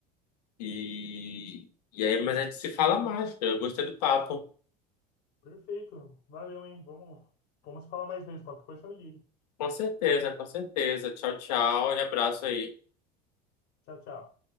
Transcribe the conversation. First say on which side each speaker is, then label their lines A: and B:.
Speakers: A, on the left (about 80°); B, on the left (about 60°).
A: E, e aí, mas a gente se fala mais. Eu gostei do papo.
B: perfeito. Valeu, hein? Vamos, vamos falar mais vezes. Qualquer coisa me liga.
A: Com certeza, com certeza. Tchau, tchau e abraço aí.
B: Tchau, tchau.